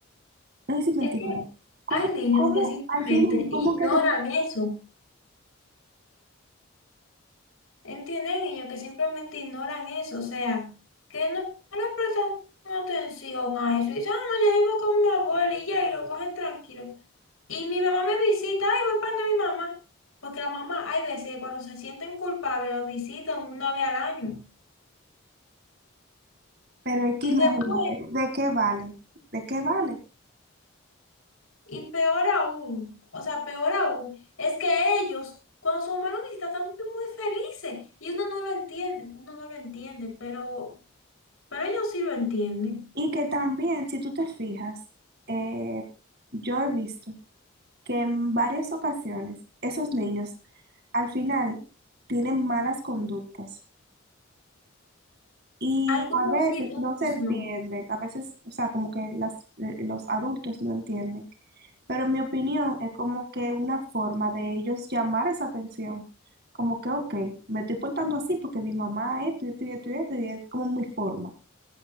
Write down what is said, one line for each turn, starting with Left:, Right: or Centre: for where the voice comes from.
Right: No sé si me
Left: Es
Right: entiendo.
Left: que
Right: ¿Cómo,
Left: hay niños
Right: cómo,
Left: que simplemente
Right: al fin,
Left: ignoran
Right: cómo que te
Left: eso. ¿Entienden? Hay niños que simplemente ignoran eso, o sea, que no, no le prestan atención a eso. Y dicen, ah, no, yo vivo con mi abuela y ya, y lo cogen tranquilo. Y mi mamá me visita, ay, voy para mi mamá. Porque la mamá, hay veces que cuando se sienten culpables, lo visitan una vez al año.
Right: Pero es que
Left: Y
Right: imagínate,
Left: después,
Right: ¿de qué vale? ¿De qué vale?
Left: y peor aún, o sea, peor aún, es que ellos, cuando su mamá lo visita, están muy felices. Y uno no lo entiende, uno no lo entiende, pero, pero ellos sí lo entienden.
Right: Y que también, si tú te fijas, eh, yo he visto que en varias ocasiones esos niños al final tienen malas conductas y
Left: Algunos
Right: a veces
Left: sí, otros
Right: no se entienden,
Left: no.
Right: a veces, o sea, como que las, eh, los adultos no entienden. Pero en mi opinión es como que una forma de ellos llamar esa atención. Como que, ok, me estoy portando así porque mi mamá esto y esto y esto y esto, y es como mi forma.